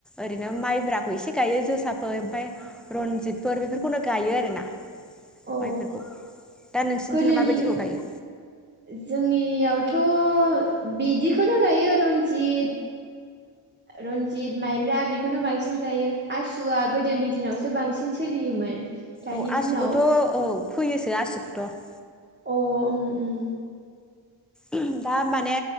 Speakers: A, in the centre; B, on the right (about 20°).
A: ओरैनो माइब्राखौ एसे गायो जोसाफोर ओमफ्राय रनजितफोर बेफोरखौनो गायो आरोना।
B: अ
A: माइफोरखौ दा नोंसिोरनिथिलाय
B: गोदोनि
A: माबायदिखौ
B: जोंनियावथ' बिदिखौनो गायो रन्जित रनजित माइब्रा बेखौनो बांसिन गायो आसुवआ गोदोनि दिनावसो बांसिन सोलियोमोन। दानि
A: औ
B: दिनाव
A: आसुखोथ औ फोयोसो आसुखोथ
B: अ अम अम
A: अम दा माने